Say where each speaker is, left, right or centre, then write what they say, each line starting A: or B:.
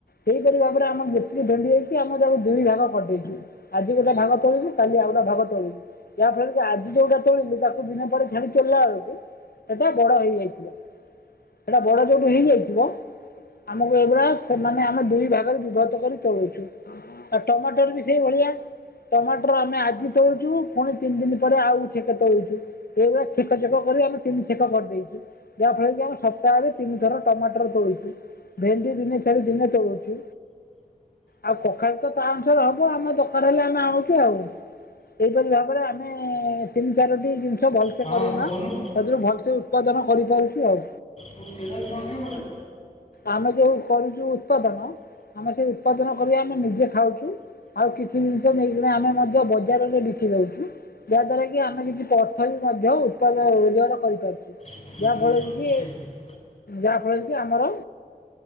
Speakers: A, on the left; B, on the left.
A: ସେହିପରି ଭାବରେ ଆମର ଯେତିକି ଭେଣ୍ଡି ହୋଇଛି। ଆମେ ତାକୁ ଦୁଇ ଭାଗ କରିଦେଇଛୁ। ଆଜି ଗୋଟେ ଭାଗ ତୋଳିବୁ କାଲି ଆଉ ଗୋଟେ ଭାଗ ତୋଳିବୁ ।ଯା ଫଳରେ କି ଆଜି ଯୋଉଟା ତୋଳିଲୁ ତାକୁ ଦିନ ପରେ ଛାଡି ତୋଳିଲା ବେଳକୁ ସେଟା ବଡ ହେଇଯାଇିଥିବ ।ସେଟା ବଡ ଯୋଉଠୁ ହେଇଯାଇଥିବ ଆମକୁ ଏଇଭଳି ସମାନେ ଆମେ ଦୁଇ ଭାଗରେ ବିଭକ୍ତ କରି ତୋଳୁଛୁ। ଅ ଟମାଟ ଟର ବି ସେଇ ଭଳିଆ ଟମାଟର ଆମେ ଆଜି ତୋଳୁଛୁ। ପୁଣି ତିନି ଦିନ ପରେ ଆଉ ଛେକେ ତୋଳୁଛୁ। ଏଇଭଳିଆ ଛେକ ଚ୍ଛେକ କରି ଆମେ ତିନି ଛେ଼କ କରିଦେଇଛୁ। ଯାହାଫଳରେ କି ଆମେ ସପ୍ତାହରେ ତିନି ଥର ଟମାଟର ତୋଳୁଛୁ ଭେଣ୍ଡି ଦିନେ ଛାଡ଼ି ଦିନେ ତୋଳୁଛୁ। ଆଉ କଖାଳ ତ ତା ଦରକାର ହବ ଆମ ଦରକାର ହେଲେ ଆମେ ଆଣୁଛୁ। ଏହିପରି ଭାବରେ ଆମେ ତିନି ଚାରଟି ଜିନିଷ ଭଲସେ
B: ହଁ
A: କରୁନା
B: କହୁନୁ
A: ସେଥିରୁ ଭଲସେ ଉତ୍ପାଦନ କରିପାରୁଛୁ ଆଉ।
B: ତୁ ତେରଶହ ଟଙ୍କା କାଇଁ
A: ଆମେ ଯେଉ କରୁଛୁ ଉତ୍ପାଦନ ଆମେ ସେ ଉତ୍ପାଦନ କରି ଆମେ ନିଜେ ଖାଉଛୁ ।ଆଉ କିଛି ଜିନିଷ ନେଇକିନା ଆମେ ମଧ୍ୟ ବଜାରରେ ବିକି ଦେଉଛୁ। ଯାହାଦ୍ୱାରା କି ଆମେ କିଛି ଅର୍ଥ ବି ମଧ୍ୟ ଉତ୍ପାଦ ରୋଜଗାର କରିପାରୁଛୁ
B: ପଠେଇଦେଲୁ
A: ।ଯାହାଫଳରେ କି ଯାହାଫଳରେ କି ଆମର